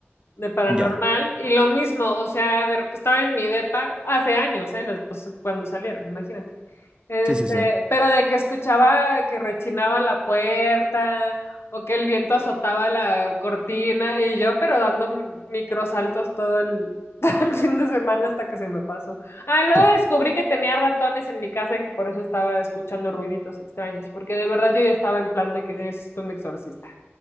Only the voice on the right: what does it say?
Ya,
sí, sí, sí.
<laughs>